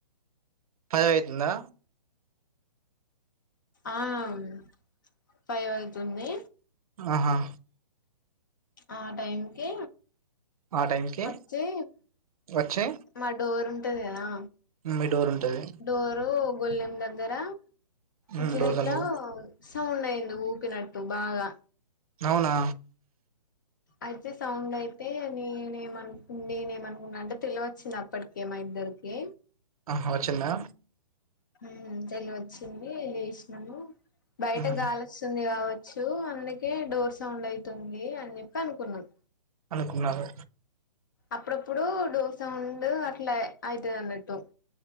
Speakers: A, on the right (about 60°); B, on the left (about 30°).
A: ఫైవ్ అయితుంద.
B: ఆవును ఫైవ్ అయితుంది.
A: ఆహా
B: ఆ టైంకి
A: ఆ టైంకి
B: అట్లే
A: వచ్చి
B: మా డోర్ ఉంటదు కదా
A: మీ డోర్ ఉంటది
B: డోరు గొల్లెం దగ్గర
A: ఉమ్
B: ఇట్లా
A: డోర్
B: ఇట్లా
A: దగ్గర
B: సౌండ్ అయింది. ఊ చెప్పినట్టు బాగా
A: అవునా
B: అయితే సౌండ్ అయితే నేనుమనుకు నేనుమనుకున్నా అంటే తెలి వచ్చింది అప్పటికే మా ఇద్దరికి.
A: అహ వచ్చిందా
B: హ తెలివి వచ్చింది లెసినాము. బయట
A: ఉమ్
B: గాలి వస్తుంది కాబట్టి చ్చు అందుకే డోర్ సౌండ్ అవుతుంది అని చెప్పి అనుకున్నాం.
A: అనుకున్నారు
B: అప్పుడప్పుడు డోర్ సౌండ్ అట్లే ఆయితదనట్టు.